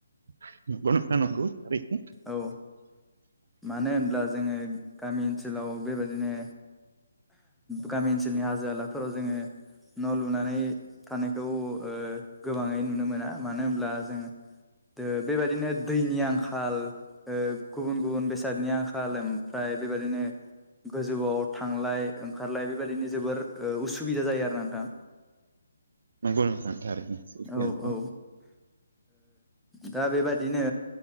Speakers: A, on the right; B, in the centre.
A: <unintelligible>
B: औ मानो होनब्ला जोङो गामि ओनसोलाव बेबायदिनो गामि ओनसोलनि हाजो हाला फोराव जोङो न' लुनानै थानायखौ ओ गोबाङै नुनो मोना मानो होनब्ला जोङो ओ बेबादिनो दैनि आंखाल ओ गुबुन गुबुन बेसादनि आंखाल ओमफ्राय बेबायदिनो गोजौ आव थांलाय ओंखारलाय बेबायदिनो जोबोर ओ उसुबिदा जायो आरो ना नोंथां।
A: नंगौ नोंथां थारैनो सैथो
B: औ
A: नोंथां।
B: औ ओ दा बेबायदिनो